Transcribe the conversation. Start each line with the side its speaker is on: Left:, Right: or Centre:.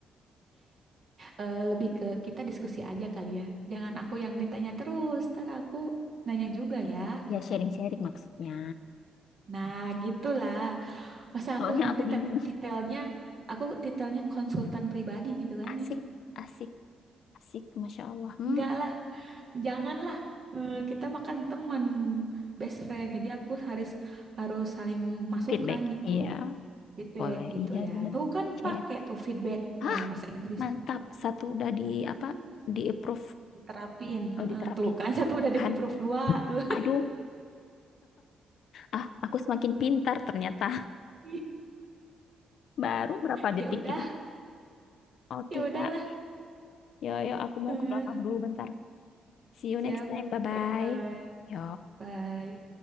Right: eh, lebih ke kita diskusi aja kali ya. Jangan aku yang ditanya terus, ntar aku nanya juga ya.
Left: Ya sharing-sharing maksudnya.
Right: Nah, gitulah. Masa
Left: Soalnya
Right: aku nanti
Left: aku bingung.
Right: tet- titelnya, aku titelnya konsultan pribadi gitu kan
Left: Asik,
Right: ya.
Left: asik, asik. Masya Allah. Hmm,
Right: Enggak lah, janganlah. Eh, kita makan teman, best friend. Jadi aku harus harus saling masukan
Left: feedback.
Right: gitu.
Left: Iya,
Right: Feedback
Left: boleh.
Right: gitu
Left: Iya,
Right: ya.
Left: bener.
Right: Tuh kan
Left: Share.
Right: pakai tuh feedback,
Left: Hah,
Right: tuh bahasa Inggris
Left: mantap.
Right: tuh.
Left: Satu udah di apa?
Right: Iya,
Left: Di approve.
Right: diterapin. Heeh,
Left: Oh, diterapin.
Right: Tuh kan satu udah di
Left: Kan?
Right: proof dua tuh.
Left: Aduh, ah, aku semakin pintar ternyata.
Right: <laughs>
Left: Baru berapa detik
Right: Ya udah,
Left: kita. Oke,
Right: ya udahlah.
Left: Kak. Yo, yo, aku mau
Right: Eh,
Left: ke belakang dulu bentar. See you
Right: siap.
Left: next time. Bye-bye.
Right: Bye bye.
Left: Yo.
Right: Bye.